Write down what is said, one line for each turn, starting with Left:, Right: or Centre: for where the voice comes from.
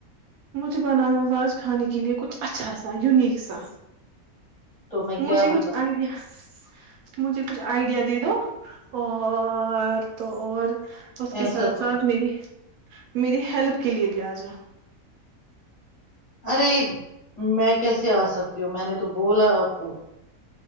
Right: مجھے بنانا راج کھانے کے لئے کچھ اچھا سا یونیک سا
Left: تو میں
Right: م
Left: کیا
Right: سے
Left: بتاؤں
Right: کچھ آئیڈیا تو مجھے کچھ آئیڈیا دے دو اور تو اور اس کے
Left: ایسا
Right: ساتھ
Left: تو
Right: ساتھ میری میری ہیلپ کے لیے بھی آ جا
Left: ارے میں کیسے آ سکتی ہوں میں نے تو بولا آپ کو